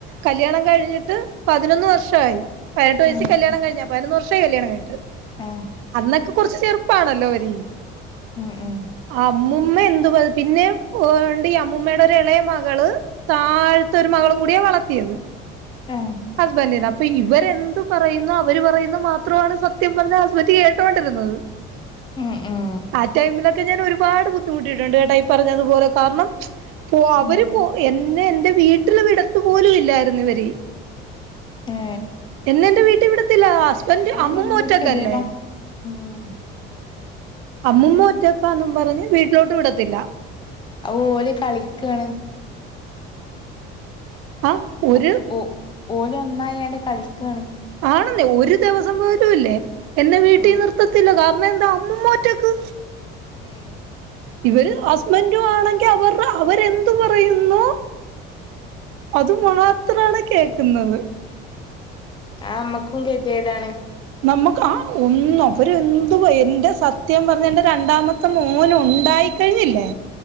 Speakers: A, on the right (about 75°); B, on the left (about 20°).
A: കല്യാണം കഴിഞ്ഞിട്ട് പതിനൊന്ന് വർഷമായി പതിനെട്ട് വയസിൽ
B: ഉം
A: കല്യാണം കഴിഞ്ഞതാ പതിനൊന്ന് വർഷവായി കല്യാണം കഴിഞ്ഞിട്ട്
B: ആഹ്
A: അന്നൊക്കെ കുറച്ച് ചെറുപ്പാണല്ലോ അവര്
B: ഉം ഉം
A: അമ്മൂമ്മ എന്ത്‌ പിന്നെ ഒണ്ട് ഈ അമ്മൂമ്മയുടെ ഒര് ഇളയ മകള് താഴത്തെ ഒരു മകളും കൂടിയാ വളത്തിയത്
B: ആഹ്
A: ഹസ്ബൻഡിന് അപ്പൊ ഇവരെന്ത് പറയുന്നോ അവര് പറയുന്ന മാത്രമാണ് സത്യം പറഞ്ഞ ഹസ്ബൻഡ് കേട്ടോണ്ടിരുന്നത്
B: ഉം ഉം
A: ആ ടൈമിലൊക്കെ ഞാൻ ഒരുപാട് ബുദ്ധിമുട്ടിയിട്ടുണ്ട് കേട്ടോ ഈ പറഞ്ഞതുപോലെ കാരണം പോ അവര്
B: ഉം
A: പോ എ ന്നെ എന്റെ വീട്ടില് വിടത്ത് പോലും ഇല്ലായിരുന്നു ഇവര്
B: ഏ
A: എന്നെ എന്റെ വീട്ടിൽ വിടത്തില്ല ഹസ്ബൻഡ്
B: അയ്
A: അമ്മൂമ്മ
B: എന്തൊരു
A: ഒറ്റക്കല്ലേ
B: ഗതികേടാ ഉം
A: അമ്മൂമ്മ ഒറ്റക്കാ എന്നും പറഞ്ഞ് വീട്ടിലോട്ട് വിടത്തില്ല
B: അവ് ഓൽ കളിക്കാണ്
A: ആ ഒരു
B: ഓ ഓ ഓല ഒന്നായാണ്ട് കളിക്കാണ്
A: ആണെന്നേ ഒരു ദിവസം പോലുംല്ലേ എന്നെ വീട്ടിൽ
B: ഉം
A: നിർത്ത വിടത്തില്ല കാരണം എന്താ അമ്മ ഒറ്റക്ക്
B: ഉം
A: ഇവര് ഹസ്ബൻ്റ് ആണെങ്കിൽ അവർ അവരെന്ത് പറയുന്നു അത് മാത്രാണ് കേക്കുന്നത്
B: ആ അമ്മക്കും കെതിയേട് ആണ്
A: നമ്മുക്ക് ആ ഒന്നും ഓരെന്തും എൻ്റെ സത്യം പറഞ്ഞ എന്റെ രണ്ടാമ മത്തെ മോനുണ്ടായിക്കഴിഞ്ഞില്ലേ